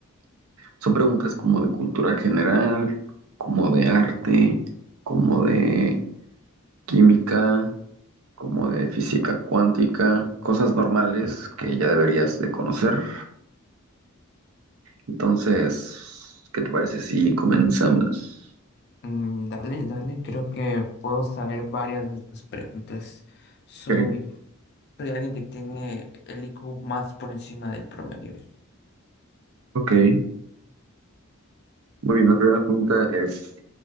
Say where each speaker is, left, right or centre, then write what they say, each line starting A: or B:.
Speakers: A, on the right; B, on the left.
A: son preguntas como de cultura general, como de arte, como de química, como de física cuántica, cosas normales que ya deberías de conocer. Entonces, ¿qué te parece si comenzamos?
B: Mm, dale, dale, creo que puedo saber varias de tus preguntas. Soy,
A: Ok.
B: soy alguien que tiene el IQ más por encima del promedio.
A: Ok, muy bien. La primera pregunta es,